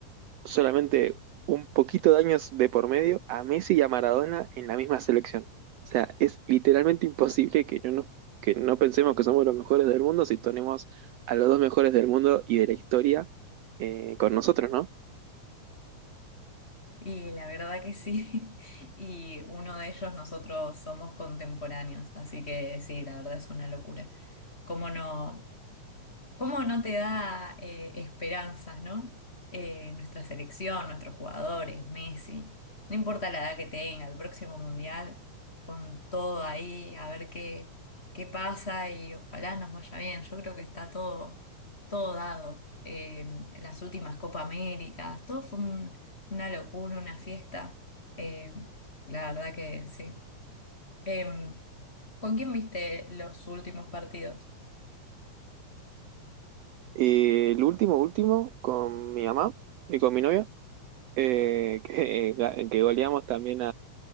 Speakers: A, on the right; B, on the left.
A: solamente un poquito de años de por medio a Messi y a Maradona en la misma selección. O sea, es literalmente imposible que no, nos- que no pensemos que somos los mejores del mundo si tenemos a los dos mejores del mundo y de la historia eh, con nosotros, ¿no?
B: Y la verdad que sí. <laughs> Y uno de ellos nosotros somos contemporáneos, así que sí, la verdad es una locura. ¿Cómo no? ¿Cómo no te da eh, esperanza, ¿no? Eh, nuestra selección, nuestros jugadores, Messi, no importa la edad que tenga, el próximo mundial, con todo ahí, a ver qué, qué pasa y ojalá nos vaya bien. Yo creo que está todo, todo dado. Eh, las últimas Copa Américas, todo fue un- una locura, una fiesta. Eh, la verdad que sí. Em, ¿con quién viste los últimos partidos?
A: Eh, el último, último, con mi mamá y con mi novia, eh, <laughs> que, que goleamos también